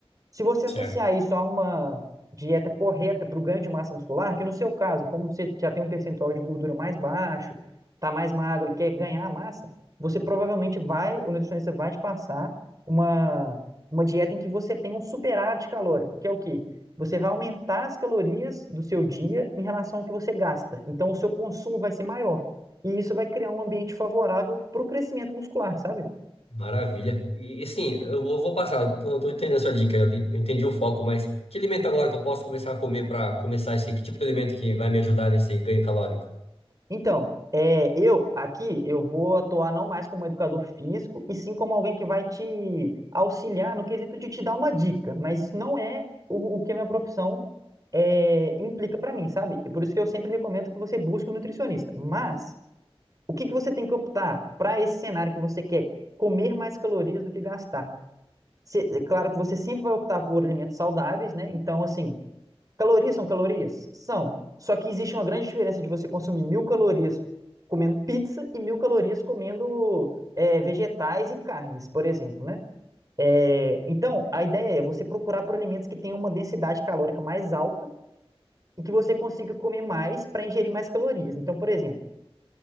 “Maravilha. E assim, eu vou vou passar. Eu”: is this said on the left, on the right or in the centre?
Left